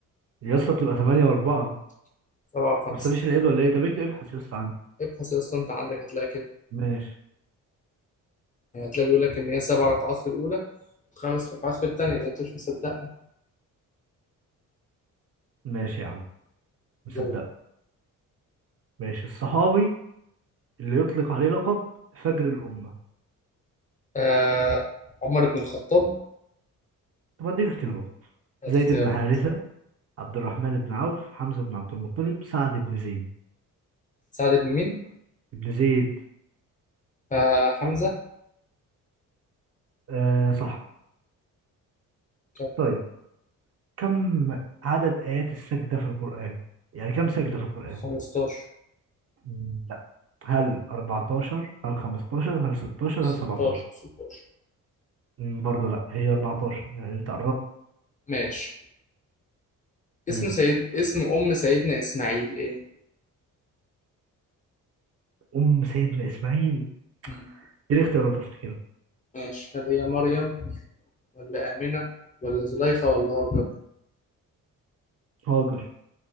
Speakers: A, on the right; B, on the left.
A: يا اسطى بتبقى تمانية وأربعة أنت
B: سبعه وخمسه
A: ما بتصليش العيد ولا ايه؟ طب اكتب ابحث يا اسطى عنه
B: ابحث يا اسطى انت عندك هتلاقي كده
A: ماشي
B: يعني هتلاقي بيقول لك ان هي سبع ركعات في الاولى وخمس ركعات في الثانيه لو انت مش مصدقني
A: ماشي يا عم مصدقك
B: دول
A: ماشي الصحابي اللي يطلق عليه لقب فجر الأمة
B: آه عمر بن الخطاب
A: طب اديك اختيارات
B: ثلاث
A: زيد
B: اختيارات
A: بن حارثة عبد الرحمن بن عوف حمزة بن عبد المطلب سعد بن زيد
B: سعد بن مين
A: ابن زيد
B: آه حمزه
A: سعد بن آه صح
B: كام
A: طيب كم عدد آيات السجدة في القرآن يعني كم سجدة في القرآن
B: 15
A: مم، لا هل 14 هل 15 هل 16
B: 16
A: هل 17
B: 16
A: مم، برضه لا هي 14 يعني انت قربت
B: ماشي اسم
A: مم.
B: سيد اسم ام سيدنا اسماعيل ايه
A: أم سيدنا إسماعيل
B: مم.
A: دي اختيارات افتكرها
B: ماشي هل هي مريم ولا آمنة ولا زليخة ولا هاجر
A: هاجر